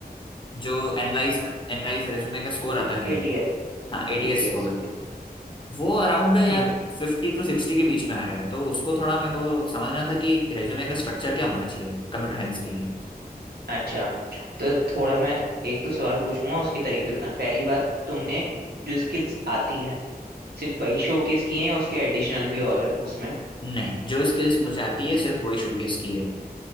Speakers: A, on the left; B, on the right.
A: जो एनालाइज एनालाइज रेज्यूमे का स्कोर आता है
B: एटीएस
A: हाँ एटीएस
B: एटीएस
A: स्कोर वो अराउंड यार
B: हम्म
A: फिफ्टी टू सिक्सटी के बीच में आ रहा है तो उसको थोड़ा मेरे को समझना था कि रेज्यूमे का स्ट्रक्चर क्या होना चाहिए कंप्यूटर साइंस के लिए
B: अच्छा तो थोड़ा मैं एक दो सवाल पूछूंगा उसके तरीके से बताना पहली बात तुमने जो स्किल्स आती हैं सिर्फ वही शोकेस किए हैं या उसके एडिशनल भी और हैं उसमें
A: नहीं जो स्किल्स मुझे आती है सिर्फ वही शोकेस की है